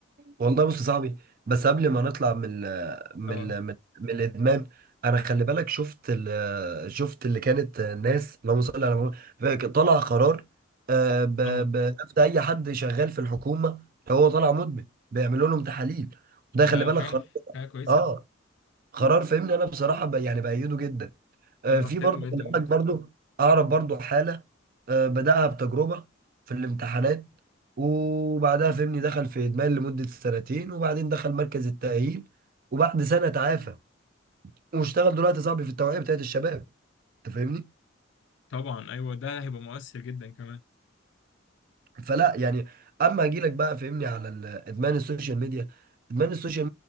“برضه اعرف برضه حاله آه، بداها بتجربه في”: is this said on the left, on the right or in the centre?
Right